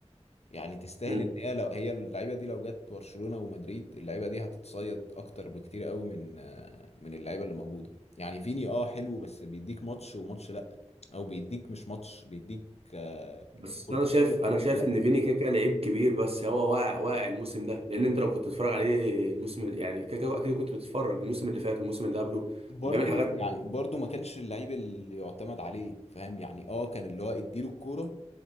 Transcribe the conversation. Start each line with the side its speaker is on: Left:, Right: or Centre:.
Left: يعني تستاهل
Right: مم.
Left: ان هي لو هي اللعيبه دي لو جت برشلونه ومدريد اللعيبه دي هتتصيد اكتر بكتير قوي من آه، من اللعيبه اللي موجوده يعني فيني اه حلو بس بيديك ماتش وماتش لا او بيديك مش ماتش بيديك آه،
Right: بس
Left: كورتين
Right: انا شايف
Left: وكورتين
Right: انا شايف
Left: لا
Right: ان فيني كيكا لعيب كبير بس هو واقع واقع الموسم ده لان انت لو كنت بتتفرج عليه الموسم يعني كيكا اكيد كنت بتتفرج الموسم اللي فات والموسم اللي قبله
Left: برضو
Right: كان بيعمل حاجات
Left: يعني برضو ما كانش اللعيب اللي يعتمد عليه فاهم يعني اه كان اللي هو اديله الكوره